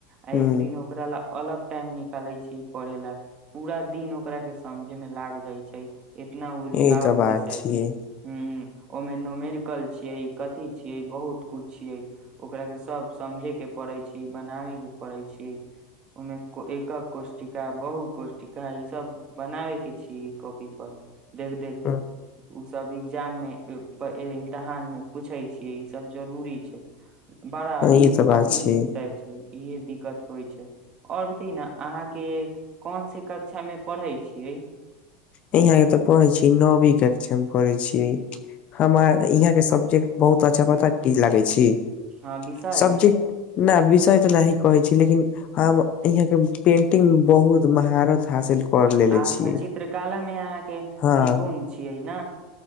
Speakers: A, on the right; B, on the left.
A: आ एक
B: हुं
A: दिन ओकरा ला अलग टाइम निकाले छी पढ़े ला पूरा दिन ओकरा के सम जे मे लाग जाइ छैय। इतना उलझाउ
B: यही तऽ बात
A: बिसै
B: छियै।
A: छैय हूं हूं ओहिमे नोमेरिकल छीये कथि छियै बहुत कुछ छियै ओकरा के सब समझे के पड़े छैय बनावे के पड़े छैय ओहिमे एकक कोष्टिका बहु कोष्टिका ई सब बनावे क् छी ई कॉपी पर। देख-देख
B: ह
A: के। ऊसब एग्जाम मे ई प् इम्तिहान मे पूछै छियै। ईसभ जरूरी छै। बड़ा
B: ई तऽ
A: कठिन
B: बात छै
A: विषय छै। इहे दिक्कत होइ छै। और बताइ न, अहाँके कौन सी कक्षामे पढ़ै छियै?
B: यहांके तऽ पढ़े छी नौवी कक्ष मे पढ़े छी हमरा यहा के सब्जेक्ट बहुत अच्छा पता की लागे छी
A: हँ बिसै
B: सब्जेक्ट न विषय तऽ न ही कहे छी लेकिन हम यहां के पेंटिंग मे बहुत महारत हासिल पढ ले लेे
A: अच्छा
B: छियै।
A: चित्रकला मे अहाँके
B: हँ
A: निपुण छियै? ना?